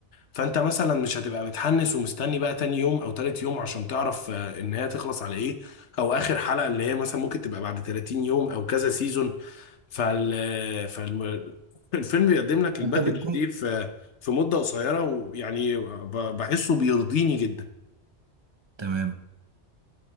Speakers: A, on the left (about 75°); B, on the right (about 25°).
A: فانت مثلا مش هتبقى متحمس ومستني بقى تاني يوم او تالت يوم عشان تعرف آه، ان هي تخلص على ايه او اخر حلقة اللي هي مثلا ممكن تبقى بعد 30 يوم او كذا سيزون فال فال <laughs> الفيلم بيقدم لك الباكج
B: انت بتكون
A: دي في في مدة قصيرة ويعني ب- بحسه بيرضيني جدا
B: تمام